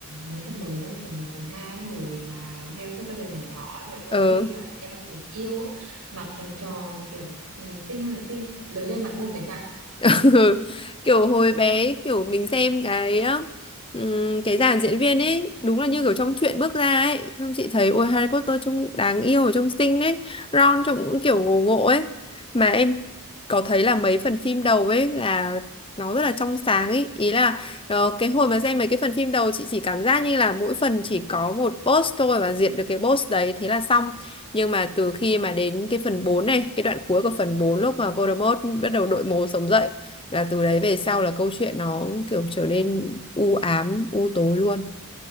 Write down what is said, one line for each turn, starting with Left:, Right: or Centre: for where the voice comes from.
Right: mấy phần đầu ấy phần một phần 2 hồi mà Harry Potter còn nhỏ nhỏ nhỏ trong
Left: <laughs> ờ
Right: phim nhỉ eo nhìn yêu á, mặt tròn tròn kiểu nhìn xinh ơi là xinh lớn lên mặt vuông chẳng chặn
Left: <laughs> kiểu hồi bé kiểu mình xem cái ừm, cái dàn diễn viên ấy đúng là như kiểu trong truyện bước ra ấy xong chị thấy ôi Harry Potter trông đáng yêu và trông xinh ấy Ron trông cũng kiểu ngộ ngộ ấy mà em có thấy là mấy phần phim đầu ấy là nó rất là trong sáng ấy ý là ờ, cái hồi mà xem mấy cái phần phim đầu chị chỉ cảm giác như là mỗi phần chỉ có một boss thôi và diệt được cái boss đấy thế là xong nhưng mà từ khi mà đến cái phần 4 này cái đoạn cuối của phần 4 lúc mà Voldemort bắt đầu đội mồ sống dậy là từ đấy về sau là câu chuyện nó kiểu trở nên u ám u tối luôn